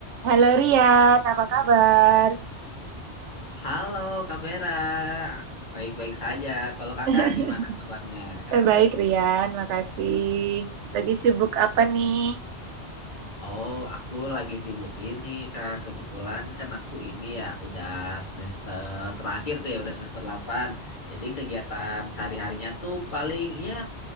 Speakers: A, on the right; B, on the left.
A: Halo Rian, apa kabar?
B: Halo Kak Vera, baik-baik saja. Kalau kakak
A: <laughs>
B: gimana kabarnya kakak?
A: Eh, Baik Rian, makasih. Lagi sibuk apa nih?
B: Oh, aku lagi sibuk ini kak. Kebetulan kan aku ini ya udah semester terakhir tuh ya, udah semester 8. Jadi kegiatan sehari-harinya tuh paling ya